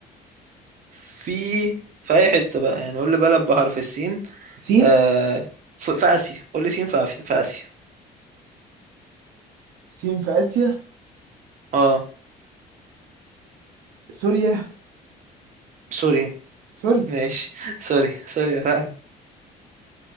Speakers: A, on the right; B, on the right.
A: في في أي حتة بقى يعني قول لي بلد بحرف السين
B: سين
A: أه... في في آسيا قول لي سين في آف- في آسيا
B: سين في اسيا
A: اه
B: سوريا
A: سوري
B: سوري
A: ماشي <laughs> سوري سوري فعلا